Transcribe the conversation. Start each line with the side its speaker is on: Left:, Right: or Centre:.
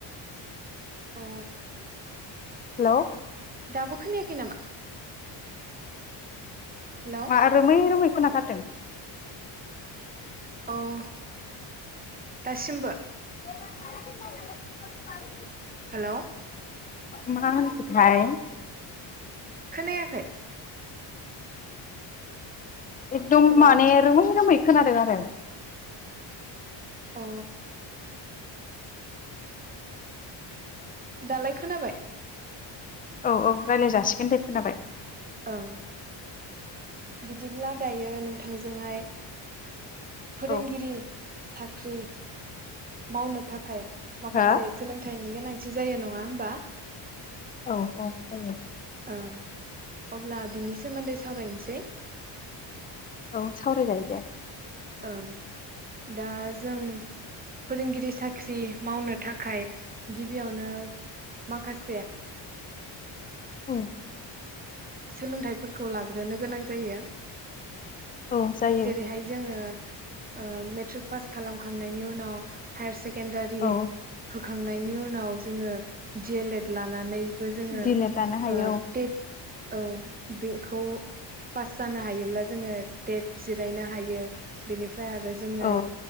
Right: अ
Left: हेलौ
Right: दाबो खोनायाखै नामा हेलौ
Left: मा रोमै रोमै खोनाथारदों
Right: अह दासिमबो
Left: <unintelligible>
Right: हेलौ
Left: मा होनखोथाय
Right: खोनायाखै
Left: एकदम
Right: हेलौ
Left: माने रोमै रोमै खोनादों आरो
Right: अ दालाय खोनाबाय
Left: औ औ रायलाय जासिगोन दे खोनाबाय
Right: ओं बिदिब्ला दायो नोंथांजोंहाय फोरोंगिरि
Left: औ
Right: सा ख्रि मावनो थाखाय माखासे
Left: हो
Right: सोलोंथाइनि गोनांथि जायो नङा होमबा
Left: औ औ जायो
Right: ओं अब्ला बिनि सोमोन्दै सावरायनसै
Left: औ सावरायजायो दे
Right: ओं दा जो जों फोरोंगिरि साख्रि मावनो थाखाय गिबियावनो माखासे
Left: <inaudible>
Right: सोलोंथाइफोरखौ लाग्रोनो गोनां जायो
Left: औ जायो
Right: जेरैहाय जोङो ओ मेट्रिक पास खालामखांनायनि उनाव हायार सेक सेकेन्डारि
Left: औ
Right: खांनायनि उनाव जोङो दि एल एड लानानै बो जोङो
Left: दिलेट लानो हायो
Right: ओ टेट औ बेखौ पास जानो हायोब्ला जोङो टेट जिरायनो हायो बेनि फ्राय आरो जोङो
Left: औ